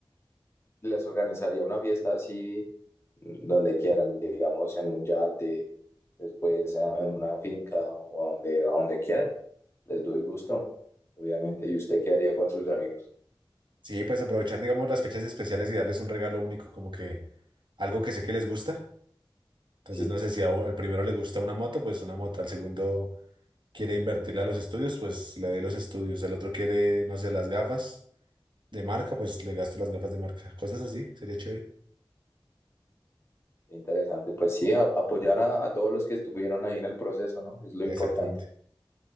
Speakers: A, on the left (about 30°); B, on the right (about 60°).
A: Les organizaría una fiesta así mm, donde quieran, digamos en un yate, después eh, en una finca o a donde, a donde quieran. Les doy gusto, obviamente. ¿Y usted qué haría con sus amigos?
B: Sí, pues aprovechar, digamos, las fechas especiales y darles un regalo único, como que algo que sé que les gusta. Entonces,
A: Sí,
B: no sé si a- al primero le gusta una moto, pues una moto, al segundo quiere invertirle a los estudios, pues le doy los estudios. El otro quiere, no sé, las gafas de marca, pues le gasto las gafas de marca. Cosas así, sería chévere.
A: interesante. Pues sí, a- apoyar a, a todos los que estuvieron ahí en el proceso, ¿no? Es lo importante.
B: Exactamente.